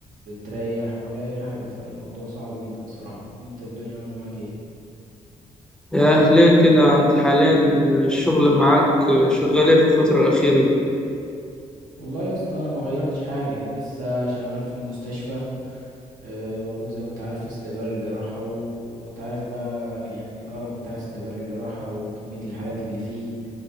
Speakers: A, on the right; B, in the centre.
A: بتريح ولا اي حاجة فالموضوع صعب جدا صراحة انت الدنيا عاملة معاك ايه
B: ياه ليه كده انت حاليا الشغل معاك شغال ايه في الفترة الأخيرة دي
A: والله يا اسطى انا ما غيرتش حاجة انا لسه شغال في المستشفى آه، موجود زي ما انت عارف في استقبال الجراحة و... وانت عارف بقى يعني القرف بتاع استقبال الجراحة وكمية الحالات اللي فيه